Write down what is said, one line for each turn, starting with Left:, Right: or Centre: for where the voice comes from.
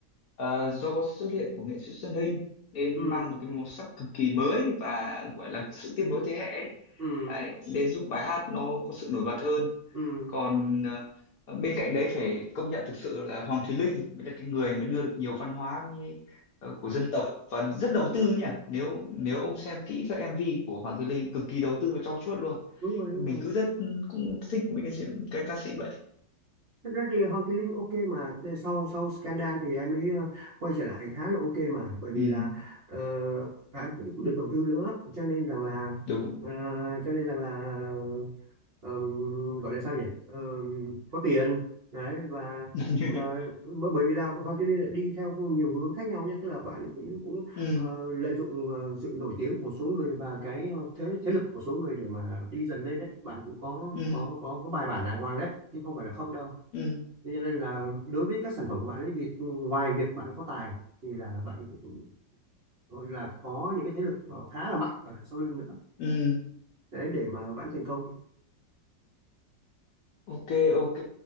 Left: ờ, do có sự xuất hiện của nghệ sĩ Xuân Hinh nên
Right: ừ
Left: mang một cái màu sắc cực kỳ mới và gọi là sự tiếp nối thế hệ ấy.
Right: ừ
Left: Đấy, nên giúp bài hát nó có sự nổi bật hơn
Right: ừ
Left: còn ờ, ờ, bên cạnh đấy phải công nhận thực sự là Hoàng Thùy Linh mới là cái người mới đưa được nhiều văn hóa mi- ờ, của dân tộc và rất đầu tư nhỉ nếu nếu ông xem kỹ các MV của Hoàng Thùy Linh cực kỳ đầu tư và trau chuốt luôn
Right: đúng rồi đúng
Left: mình
Right: rồi
Left: cứ rất ừ, cũng thích mấy cái diễn- cái ca sĩ vậy
Right: Thực ra thì Hoàng Thùy Linh ok mà sau sau scandal thì em ấy ờ, quay trở lại khá là ok mà bởi vì
Left: ừ
Right: là ờ, em cũng cũng được đầu tư nữa cho nên rằng là
Left: đúng
Right: ờ, cho nên rằng là ờm, gọi là sao nhỉ Ờm, có tiền đấy và
Left: <laughs>
Right: ờ, b- bởi vì là Hoàng Thùy Linh lại đi theo nhiều hướng khác nhau nhé tức là bạn ấy cũng cũng
Left: ừ
Right: ờ, lợi dụng ờ, sự nổi tiếng của một số người và cái ờ, thế thế lực của một số người để mà đi dần lên đấy bạn cũng có
Left: ừ
Right: có có có bài bản đàng hoàng đấy chứ không phải là không đâu
Left: ừ
Right: Thế cho nên là đối với các sản phẩm của bạn ấy thì ngoài việc bạn có tài thì là bạn cũng gọi là có những cái thế lực ờ, khá là mạnh ở đằng sau lưng nữa
Left: ừ
Right: đấy để mà bạn thành công
Left: ok ok